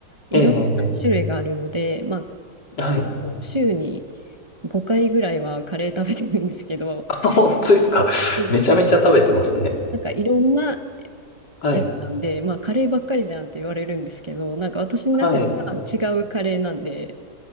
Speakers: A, on the right (about 25°); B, on the left (about 85°).
A: いろんな種類があるので、
B: ええ。え
A: まあ、
B: えはい。
A: 週に5回ぐらいはカレー食べてるんですけど、
B: <laughs> あ、本当ですか。<laughs>
A: うん
B: めちゃめちゃ食べてますね。
A: なんかいろんな
B: はい。
A: やってたんで、まあカレーばっかりじゃんって言われるんですけど、なんか私の中では違うカレーなんで、
B: はい。